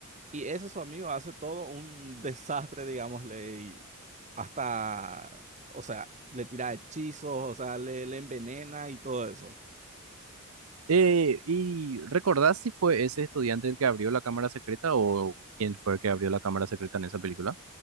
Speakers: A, on the right; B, on the right.
A: y ese su amigo hace todo un desastre, digámosle, y hasta, o sea, le tira hechizos, o sea, le, le envenena y todo eso.
B: eh, ¿y recordás si fue ese estudiante el que abrió la cámara secreta o quién fue el que abrió la cámara secreta en esa película?